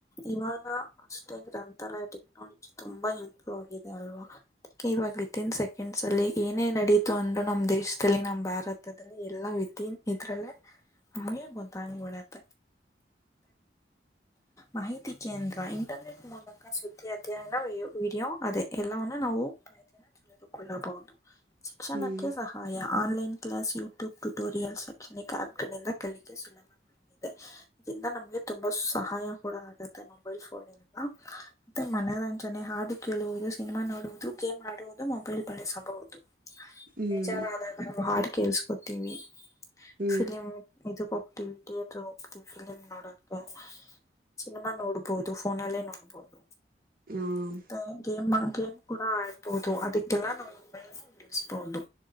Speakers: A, on the left; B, on the right.
A: ಇವಾಗ ಅಷ್ಟೇ ಗ್ರಂಥಾಲಯ ಟೆಕ್ನಾಲಜಿ ತುಂಬಾ ಇಂಪ್ರೂವ್ ಆಗಿದೆ ಅಲ್ವಾ. ಅದ್ಕೆ ಇವಾಗ ವಿತಿನ್ ಸೆಕೆಂಡ್ಸ್ ಅಲ್ಲಿ ಏನೇ ನಡೀತು ಅಂದ್ರು ನಮ್ ದೇಶದಲ್ಲಿ ನಮ್ಮ್ ಭಾರತದ ಎಲ್ಲಾ ವಿತಿನ್ ಇದ್ರಲ್ಲೇ ನಮಗೆ ಗೊತ್ತಾಗ್ ಬಿಡತ್ತೆ.
B: <unintelligible>
A: ಮಾಹಿತಿ ಕೇಂದ್ರ ಇಂಟರ್ನೆಟ್ ಮೂಲಕ ಸುದ್ದಿ ಅಧ್ಯಯನ ವಿಡಿಯೋ ಅದೆ ಎಲ್ಲವನ್ನು ನಾವು ಉಪಾಯನ ತಿಳಿದುಕೊಳ್ಳಬಹುದು ಶಿಕ್ಷಣಕ್ಕೆ
B: ಹ್ಮ್
A: ಸಹಾಯ. ಆನ್ಲೈನ್ ಕ್ಲಾಸ್ ಯೂಟ್ಯೂಬ್ ಟ್ಯುಟೋರಿಯಲ್ ಶೈಕ್ಷಣಿಕ ಆಪ್ ಗಳಿಂದ ಕಲಿಕೆ ಸುಲಭವಾಗಿದೆ ಇದಂದ ನಮ್ಗೆ ತುಂಬಾ ಸಹಾಯ ಕೂಡ ಆಗತ್ತೆ ಮೊಬೈಲ್ ಫೋನ್ ಇಲ್ವಾ ಮತ್ತೆ ಮನರಂಜನೆ ಹಾಡು ಕೇಳುವುದು ಸಿನಿಮಾ ನೋಡುವುದು ಗೇಮ್ ಆಡುವುದು ಮೊಬೈಲ್ ಬಳಸಬಹುದು.
B: ಹ್ಮ್
A: ಬೇಜಾರ್ ಆದಾಗ ನಾವಾ ಹಾಡ ಕೇೇಳಸ್ಕೋತೀವಿ
B: ಹ್ಮ್ ಹ ಹ್ಮ್ ಹ್ಮ್ ಹ್ಮ್
A: ಫಿಲಿಮ್ ಇದಕ್ ಹೋಗ್ತೀವಿ ಥಿಯೇಟರ್ ಹೋಗ್ತೀವಿ ಫಿಲಿಮ್ ನೋಡಕ <inaudible> ಸಿನಿಮಾ ನೋಡ್ ಬೋದು ಫೋನಲ್ಲೇ ನೋಡಬಹುದ
B: ಹ್ಮ್ಮ್
A: ಮತ್ತೆ ಗೇಮ್ ಗೇಮ್ ಕೂಡ ಆಡ್ಬಹುದು ಅದಕ್ಕೆಲ್ಲಾ ನಾ ಮೊಬೈಲ್ ಬಳಸಬಹುದು